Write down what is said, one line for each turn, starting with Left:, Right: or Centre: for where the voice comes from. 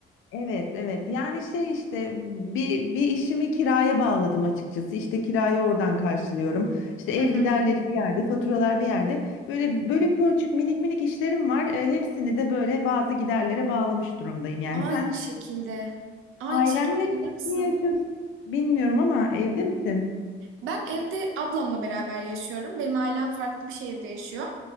Left: Evet, evet. Yani şey işte bir bir işimi kiraya bağladım açıkçası. İşte kirayı oradan karşılıyorum. İşte ev
Right: Hı hı.
Left: giderleri bir yerde, faturalar bir yerde. Böyle bölük pörçük minik minik işlerim var. E, hepsini de böyle bazı giderlere bağlamış durumdayım. Yani
Right: Aynı
Left: sen
Right: şekilde. Aynı
Left: ailenle
Right: şekilde inanır mısın?
Left: mi yaşıyorsun bilmiyorum ama evde misin?
Right: Ben evde ablamla beraber yaşıyorum. Benim ailem farklı bir şehirde yaşıyor.